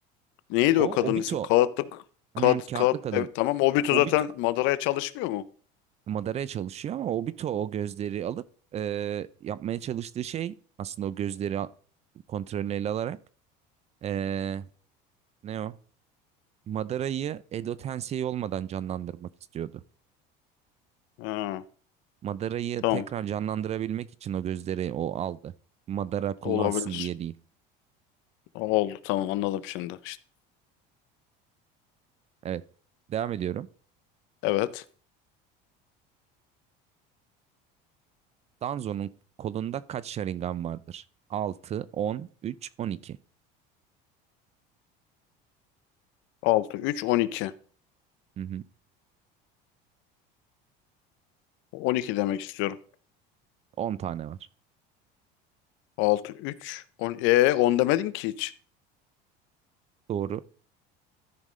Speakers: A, on the left; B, on the right.
A: Neydi
B: O
A: o kadının
B: Obito,
A: ismi? Kağıtlık.
B: hmm,
A: Kağıt,
B: kağıtlı
A: kağıt.
B: kadın.
A: Evet tamam. Obito
B: Obito
A: zaten Madara'ya çalışmıyor mu?
B: madaraya çalışıyor ama Obito o gözleri alıp e, yapmaya çalıştığı şey aslında o gözleri a- kontrolünü ele alarak e, ne o? Madara'yı Edo Tensei olmadan canlandırmak istiyordu.
A: Ha,
B: Madara'yı
A: tamam.
B: tekrar canlandırabilmek için o gözleri o aldı. Madara kullansın
A: Olabilir.
B: diye değil.
A: Oldu tamam anladım şimdi. İşte,
B: Evet. Devam ediyorum.
A: evet.
B: Danzo'nun kolunda kaç Sharingan vardır? 6, 10, 3, 12.
A: altı, üç, on iki.
B: Hı hı.
A: On iki demek istiyorum.
B: 10 tane var.
A: Altı üç on e 10 demedin ki hiç.
B: Doğru.